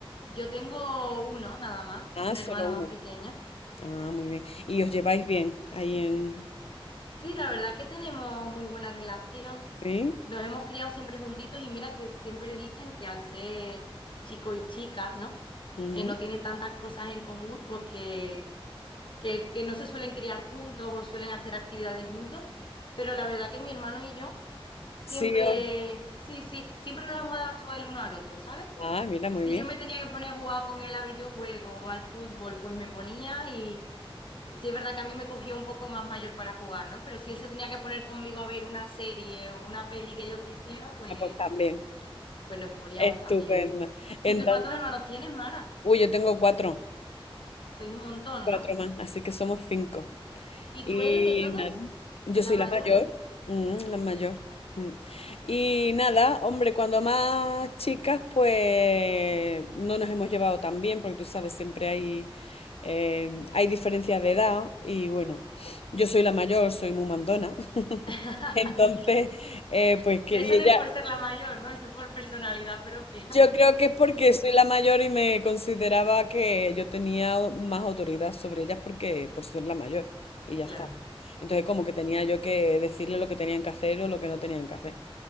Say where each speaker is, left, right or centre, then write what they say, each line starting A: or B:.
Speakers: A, on the left; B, on the left.
A: Yo tengo uno nada más,
B: Ah,
A: un hermano
B: solo uno.
A: más pequeño.
B: Ah, muy bien. ¿Y os
A: Sí,
B: lleváis bien ahí en...
A: Sí, la verdad que tenemos muy buena relación.
B: Sí?
A: Nos hemos criado siempre juntitos y mira que siempre dicen que al ser chicos y chicas, ¿no?
B: ujú.
A: Que no tienen tantas cosas en común, pues que que, que no se suelen criar juntos o suelen hacer actividades juntos, pero la verdad que mi hermano y yo siempre,
B: Sí, os...
A: sí, sí, siempre nos hemos adaptado el uno al otro, ¿sabes?
B: Ah, mira, muy
A: Si
B: bien.
A: yo me tenía que poner a jugar con él a videojuegos o al fútbol, pues me ponía y sí es verdad que a mí me cogía un poco más mayor para jugar, ¿no? Pero si él se tenía que poner conmigo a ver una serie o una peli que yo quisiera, pues,
B: Ah, pues también.
A: pues nos poníamos
B: Estupendo.
A: también. ¿Y
B: Entonces,
A: tú cuántos hermanos tienes, Mara?
B: uy, yo tengo cuatro,
A: Sois un montón,
B: cuatro
A: ¿no?
B: más, así que somos cinco.
A: ¿Y
B: Y
A: tú eres de todos?
B: nada, yo
A: La
B: soy
A: mayor,
B: la mayor,
A: la menor.
B: mm, la mayor. mm. Y nada, hombre, cuando más chicas, pues no nos hemos llevado tan bien, porque tú sabes, siempre hay, eh, hay diferencias de edad. Y bueno, yo soy la mayor, soy muy mandona. <laughs>
A: <laughs>
B: Entonces, eh, pues que,
A: Pero
B: y
A: eso no
B: ella,
A: es por ser la mayor, ¿no? Eso es por personalidad propia. <laughs>
B: Yo creo que es porque soy la mayor y me consideraba que yo tenía más autoridad sobre ellas porque por ser la mayor y ya
A: Claro.
B: está. Entonces como que tenía yo que decirle lo que tenían que hacer o lo que no tenían que hacer.